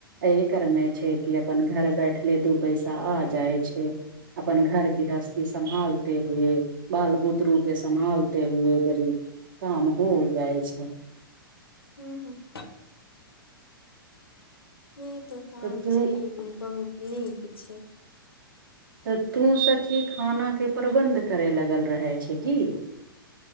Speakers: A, on the right; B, on the left.
A: एहि करमें छै कि अपन घर बैठले दू पैसा आ जाइ छै अपन घर गृहस्थी सम्भाल ते हुए बाल बुतरू के सम्भालते हुए जदी काम हो जाइ छै
B: हूँ ई त काम
A: तऽ तू
B: सही मे बहुत नीक छै
A: तऽ तू सखी खानाके प्रबन्ध करय लगल रहै छै की